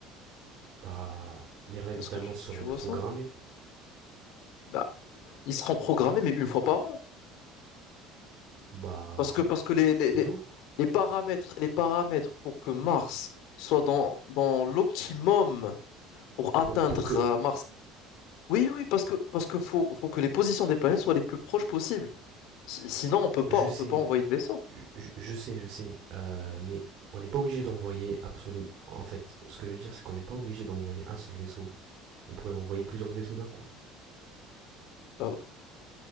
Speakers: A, on the right; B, on the left.
A: Bah, les ravitaillements
B: Est-ce que tu,
A: seront
B: tu
A: programmés.
B: vois ça? Bah, il sera programmé, mais une fois par an.
A: Bah,
B: Parce que, parce que les, les,
A: non.
B: les- les paramètres, les paramètres pour que Mars soit dans, dans l'optimum pour atteindre
A: Pour, pour que,
B: euh, Mars. Oui, oui, parce que, parce que faut, faut que les positions des planètes soient les plus proches possibles. Si- Sinon, on peut pas,
A: je
B: on
A: sais,
B: peut pas envoyer de vaisseau.
A: je, je sais, je sais, euh, mais on n'est pas obligé d'envoyer absolument. En fait, ce que je veux dire, c'est qu'on n'est pas obligé d'envoyer un seul vaisseau. On pourrait envoyer plusieurs vaisseaux d'un coup.
B: Euh,